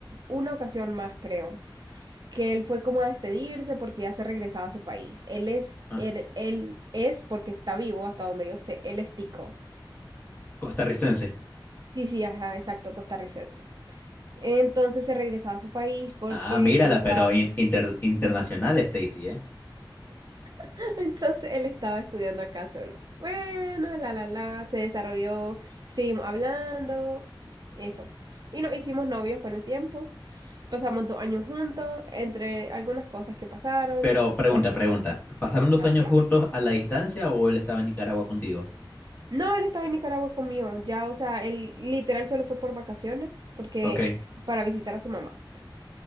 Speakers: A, on the right (about 55°); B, on the left (about 25°).
A: una ocasión más, creo que él fue como a despedirse porque ya se regresaba a su país. Él es,
B: Ah,
A: él, él es porque está vivo, hasta donde yo sé, él es tico.
B: Costarricense.
A: Sí, sí, ajá, exacto, costarricense. Entonces se regresaba a su país porque
B: Ah, mírala,
A: él estaba,
B: pero in- inter- internacional, Stacy, ¿eh?
A: <laughs> entonces él estaba estudiando acá solo. Bueno, la, la, la, se desarrolló, seguimos hablando, eso. Y nos hicimos novios con el tiempo, pasamos dos años juntos, entre algunas cosas que pasaron,
B: Pero pregunta,
A: pues,
B: pregunta. ¿Pasaron
A: ajá,
B: dos años
A: claro.
B: juntos a la distancia o él estaba en Nicaragua contigo?
A: No, él estaba en Nicaragua conmigo, ya, o sea, él literal solo fue por vacaciones, porque
B: Ok.
A: para visitar a su mamá.